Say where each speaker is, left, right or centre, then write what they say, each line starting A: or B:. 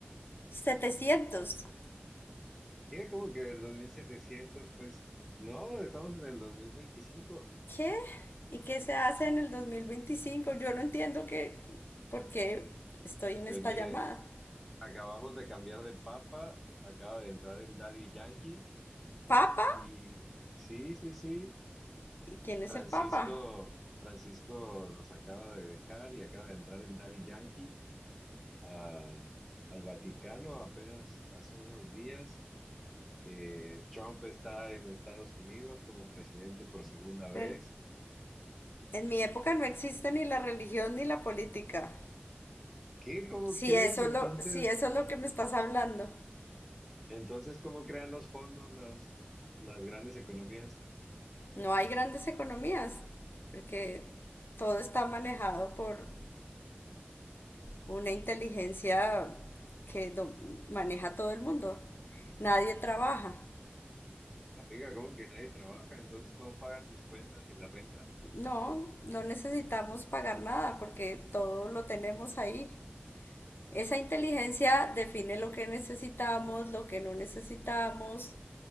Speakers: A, on the left (about 65°); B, in the centre.
A: setecientos
B: ¿qué? ¿Cómo que del dos mil setecientos, Pues no, estamos en el 2025.
A: ¿Qué? ¿Y qué se hace en el dos mil veinticinco Yo no entiendo que, por qué estoy en
B: Pues
A: esta
B: mire,
A: llamada.
B: acabamos de cambiar de papa, acaba de entrar el Daddy Yankee.
A: ¿Papa?
B: Y sí, sí, sí.
A: ¿Y quién es
B: Francisco,
A: el Papa?
B: Francisco nos acaba de dejar y acaba de entrar el Daddy Yankee a- al Vaticano apenas hace unos días. Eh, Trump está en Estados Unidos como presidente por segunda vez.
A: Pero en mi época no existe ni la religión ni la política.
B: ¿Qué? ¿Cómo
A: Si
B: crees?
A: eso
B: Entonces,
A: es lo, si eso es lo que me estás hablando.
B: entonces, ¿cómo crean los fondos las, las grandes economías?
A: No hay grandes economías, porque todo está manejado por una inteligencia que do- maneja todo el mundo. Nadie trabaja.
B: Amiga, ¿cómo que nadie trabaja? Entonces, ¿cómo pagan sus cuentas y la renta?
A: No, no necesitamos pagar nada porque todo lo tenemos ahí. Esa inteligencia
B: Es,
A: define lo que necesitamos, lo que no necesitamos,